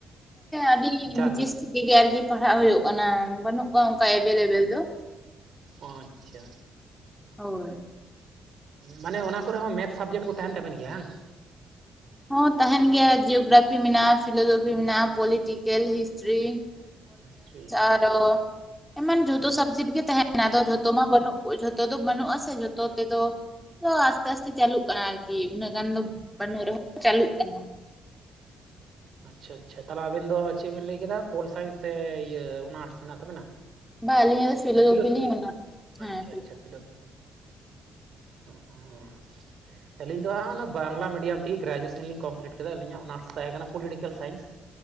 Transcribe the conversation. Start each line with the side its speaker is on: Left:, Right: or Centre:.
Centre: ᱟᱹᱰᱤ
Right: ᱡᱟᱜᱮ
Centre: ᱱᱤᱡ ᱜᱮ ᱟᱨᱠᱤ ᱯᱟᱲᱦᱟᱜ ᱦᱩᱭᱩᱜ ᱠᱟᱱᱟ ᱵᱟᱹᱱᱩᱜ ᱠᱚᱣᱟ ᱚᱱᱠᱟ ᱮᱵᱮᱞᱮᱵᱮᱞ ᱫᱚ
Right: ᱟᱪᱷᱟ
Centre: ᱦᱳᱭ
Right: ᱢᱟᱱᱮ ᱚᱱᱟ ᱠᱚᱨᱮ ᱦᱚᱸ ᱢᱮᱛᱷᱥ ᱥᱟᱵᱡᱮᱠᱴ ᱠᱚ ᱛᱟᱦᱮᱱ ᱛᱟᱵᱮᱱ ᱜᱮᱭᱟ ᱵᱟᱝ?
Centre: ᱦᱚᱸ ᱛᱟᱦᱮᱱ ᱜᱮᱭᱟ ᱡᱤᱭᱳᱜᱨᱟᱯᱷᱤ ᱢᱮᱱᱟᱜᱼᱟ ᱯᱷᱤᱞᱳᱡᱚᱯᱷᱤ ᱢᱮᱱᱟᱜᱼᱟ ᱯᱚᱞᱤᱴᱤᱠᱮᱞ ᱦᱤᱥᱴᱨᱤ
Right: ᱦᱤᱥᱴᱨᱤ ᱦᱮᱸ
Centre: ᱟᱨᱚ ᱮᱢᱟᱱ ᱡᱚᱛᱚ ᱥᱟᱵᱡᱮᱠᱴ ᱜᱮ ᱫᱚ ᱡᱚᱛ ᱢᱟ ᱵᱟᱹᱱᱩᱜ ᱡᱚᱛᱚ ᱫᱚ ᱵᱟᱹᱱᱩᱜ ᱟᱥᱮ ᱡᱚᱛᱚ ᱛᱮᱫᱚ ᱛᱚ ᱟᱥᱛᱮ ᱟᱥᱛᱮ ᱪᱟᱹᱞᱩᱜ ᱠᱟᱱᱟ ᱟᱨᱠᱤ ᱩᱱᱟᱹᱜ ᱜᱟᱱ ᱫᱚ ᱵᱟᱱᱩᱜ ᱪᱟᱹᱞᱩᱜ ᱠᱟᱱᱟ
Right: ᱟᱪᱷᱟ ᱟᱪᱷᱟ ᱛᱟᱦᱞᱮ ᱟᱵᱮᱱ ᱫᱚ ᱪᱮᱫ ᱵᱮᱱ ᱞᱟᱹᱭ ᱠᱮᱫᱟ ᱯᱳᱞ ᱥᱟᱭᱮᱱᱥ ᱥᱮ ᱤᱭᱟᱹ ᱚᱱᱟᱴᱥ ᱢᱮᱱᱟᱜ ᱛᱟᱵᱮᱱᱟ?
Centre: ᱵᱟ ᱟᱹᱞᱤᱧᱟᱜ ᱫᱚ
Right: ᱯᱷᱤᱞᱳᱡᱚᱯᱷᱤ
Centre: ᱞᱤᱧ ᱚᱱᱟᱨᱥ ᱦᱮᱸ
Right: ᱟᱪᱷᱟ ᱟᱪᱷᱟ ᱯᱷᱤᱞᱳᱡᱚᱯᱷᱤ <unintelligible> ᱟᱹᱞᱤᱧ ᱫᱚ ᱚᱱᱟ ᱵᱟᱝᱞᱟ ᱢᱤᱰᱤᱭᱟᱢ ᱛᱮᱜᱮ ᱜᱨᱮᱡᱩᱭᱮᱥᱚᱱᱤᱧ ᱠᱚᱢᱯᱞᱤᱴ ᱠᱮᱫᱟ ᱟᱹᱞᱤᱧᱟᱜ ᱚᱱᱟᱨᱥ ᱛᱟᱦᱮᱸ ᱠᱟᱱᱟ ᱯᱚᱞᱤᱴᱤᱠᱮᱞ ᱥᱟᱭᱮᱱᱥ